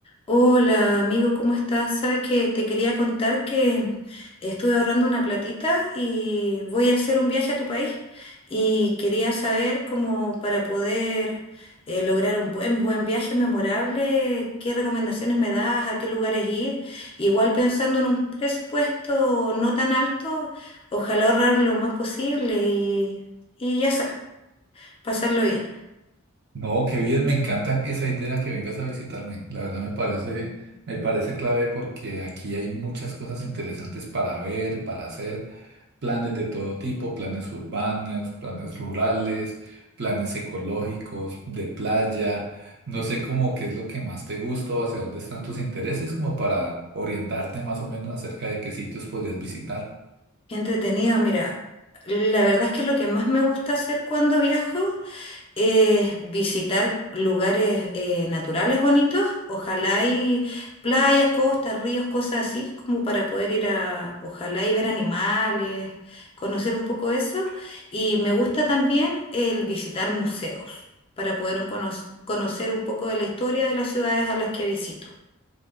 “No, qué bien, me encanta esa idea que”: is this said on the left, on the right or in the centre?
Right